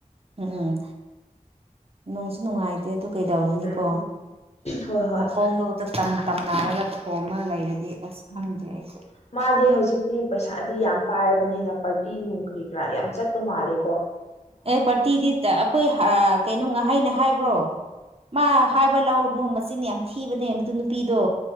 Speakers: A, on the right; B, on the left.
A: ꯎꯝ ꯎꯝ ꯅꯣꯡꯁꯨ ꯅꯨꯡꯉꯥꯏꯇꯦ ꯑꯗꯨ ꯀꯩꯗꯧꯔꯨꯅꯤꯀꯣ
B: ꯎꯝ ꯍꯣꯏ ꯍꯣꯏ
A: ꯃꯈꯣꯡꯗꯣ ꯇ ꯇꯝ ꯇꯝ ꯅꯥꯔꯒ ꯊꯣꯝꯃ ꯂꯩꯔꯗꯤ ꯑꯁ
B: ꯎꯝ
A: ꯈꯪꯗ꯭ꯔꯦ
B: ꯎꯝ
A: ꯑꯩꯁꯨ
B: ꯃꯥꯗꯤ ꯍꯧꯖꯤꯛꯇꯤ ꯄꯩꯁꯥꯗꯤ ꯌꯥꯝ ꯄꯥꯏꯔꯕꯅꯤꯅ ꯄꯥꯔꯇꯤ ꯅꯨꯡ ꯀꯔꯤ <unintelligible> ꯌꯥꯝ ꯆꯠꯄ ꯃꯥꯜꯂꯤ
A: ꯑꯦ ꯄꯥꯔꯇꯤꯗꯤ ꯇ ꯑꯈꯣꯏ ꯑ ꯀꯩꯅꯣ ꯉꯍꯩꯅ ꯍꯥꯏꯕ꯭ꯔꯣ ꯃꯥ ꯍꯥꯏꯕ ꯂꯧꯔꯨꯅꯨ ꯃꯆꯤꯟ ꯌꯥꯝ ꯊꯤꯕꯅꯦ ꯃꯗꯨ ꯅꯨꯄꯤꯗꯣ